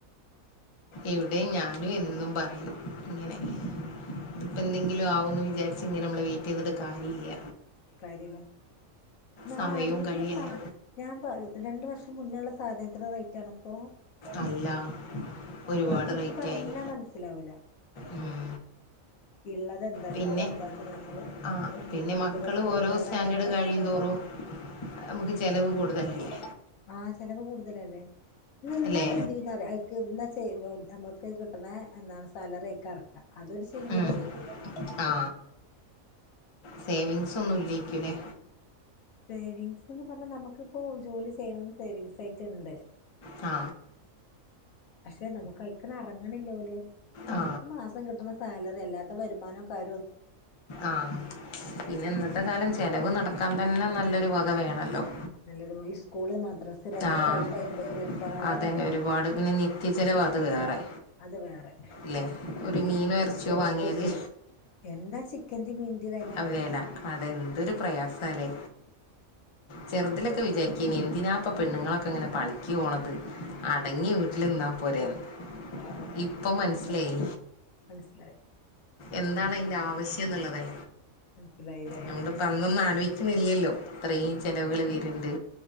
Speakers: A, on the left; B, on the left.
A: ഇവ്ടെ ഞാനും എന്നും പറയും ഇങ്ങനെ ഇതിപ്പ എന്തെങ്കിലും ആവുംന്ന് വിചാരിച്ച് ഇങ്ങനെ മ്മള് വെയിറ്റ്യ്തിട്ട് കാര്യല്ല
B: കാര്യല്ല നമ്മള്
A: സമയവും
B: ആരോഗ്യത്തിന്
A: കഴിയില്ലേ
B: സ ഞാൻ പ രണ്ട് വർഷ മുന്നെള്ളെ സാധനത്തിന് റേറ്റ് ആണോ ഇപ്പോ
A: അല്ല ഒരുപാട്
B: അപ്പ അതൊൽക്ക്
A: റേറ്റായി
B: പറഞ്ഞാ മനസ്സിലാവൂല
A: ഉം.
B: ഇള്ളത് എന്താച്ച
A: പിന്നെ
B: വെച്ചങ്ങാണ്ട് നമ്മള്
A: ആ
B: എന്ത്
A: പിന്നെ
B: വീട്
A: മക്കള്
B: പണി തുടങ്ങാന്നല്ലാതെ
A: ഓരോ സ്റ്റാൻഡേർഡ് കഴിയും തോറും അമക്ക് ചെലവ് കൂടുതലല്ലേ
B: ആഹ് ചെലവ് കൂടുതലല്ലേ നിന്നാല്
A: അല്ലേ
B: എന്തില്റിയൊ അയിക്ക് ന്നാ ചെയ്യുമ്പോ ഞമ്മക്ക് കിട്ട്ണ എന്താ സാലറി അയിക്ക് എറക്കാ അത് ഓല് ചെയ്യൂല
A: ഉം. ആ സേവിങ്സ് ഒന്നുംല്ലയിക്കുലെ
B: സേവിങ്ങ്സ്ന്ന് പറഞ്ഞ നമുക്കിപ്പോ ജോലി ചെയ്യ്ണത് സേവിങ്ങ്സ് ആയിട്ട്ണ്ട്
A: ആ
B: പഷേ നമുക്ക് അയ്ക്ക് എറങ്ങണില്ല ഓല് നമ്മക്ക്
A: ആ
B: മാസം കിട്ട്ണ സാലറി അല്ലാത്ത വരുമാനോ കാ
A: ആഹ് പിന്നെ ഇന്നത്തെ കാലം ചെലവ് നടകാൻ തന്നെ നല്ലൊരു വക വേ ണല്ലോം
B: നല്ലൊരു ഈ സ്കൂള് മദ്രസ് രണ്ടും
A: ആഹ്
B: കഴിഞ്ഞ് വരുമ്പോത്തിന് ഒരുപാട്
A: അതന്നെ ഒരുപാട് പിന്നെ നി ത്യ ചെലവ് അത് വേറെ
B: അത് വേറെ
A: ല്ലേ ഒരു മീനൊ ഇറച്ചിയൊ
B: ഹോസ്പിറ്റല്
A: വാങ്ങിയാല്
B: എന്താ ചിക്കന്റേം മീന്റേം വെല
A: അവേല അതെ എന്തൊരു പ്രയാസല്ലേ ചെറുതിലൊക്കെ വിചാരിക്കാനി എന്തിനാ പ്പ പെണ്ണുങ്ങളൊക്കെ ഇങ്ങനെ പണിക്ക് പോണത് അടങ്ങി വീട്ടിൽ നിന്നാ പോരെന്ന്
B: ആഹ്
A: ഇപ്പൊ മന്സിലായി
B: മനസ്സിലായി
A: എന്താണ് അയിന്റെ ആവശ്യം എന്ന്ള്ളതെ
B: മനസ്സിലായില്ലേ
A: നമ്മളിപ്പ അന്നൊന്നും ആലോയിക്കിണില്ലല്ലോ ഇത്രയും ചെലവുകൾ വര്ണ്ട്